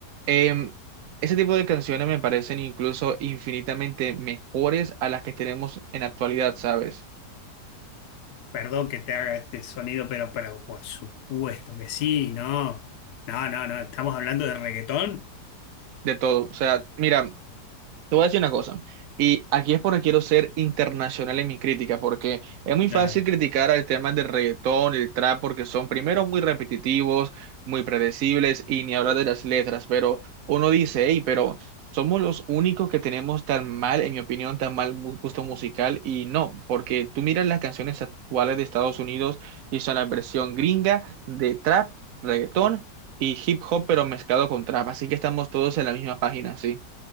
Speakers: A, on the right (about 65°); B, on the left (about 70°).
A: em, ese tipo de canciones me parecen incluso infinitamente mejores a las que tenemos en actualidad, ¿sabes?
B: Perdón que te haga este sonido, pero, pero por supuesto que sí, no. No, no, no, estamos hablando de reggaetón.
A: De todo. O sea, mira, Te voy a decir una cosa, y aquí es porque quiero ser internacional en mi crítica, porque es muy
B: Dale.
A: fácil criticar al tema del reggaetón, el trap, porque son primero muy repetitivos, muy predecibles, y ni hablar de las letras, pero uno dice, hey, pero somos los únicos que tenemos tan mal, en mi opinión, tan mal mu- gusto musical, y no, porque tú miras las canciones actuales de Estados Unidos y son la versión gringa de trap, reggaetón y hip hop, pero mezclado con trap, así que estamos todos en la misma página, sí.